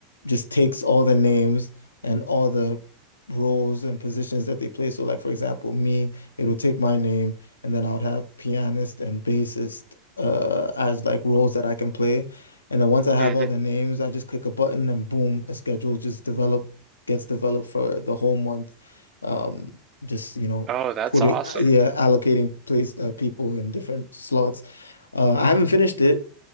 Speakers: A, on the left (about 85°); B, on the right (about 35°).
A: just takes all the names and all the roles and positions that they play. So like, for example, me, it'll take my name and then I would have pianist and bassist uh, as like roles that I can play. And then once I have
B: hmm
A: all the names, I just click a button and boom, a schedule just develop gets developed for the whole month. Um, just, you know,
B: Oh, that's
A: putting
B: awesome.
A: yeah allocating place uh, people in different slots. Uh, I haven't finished it,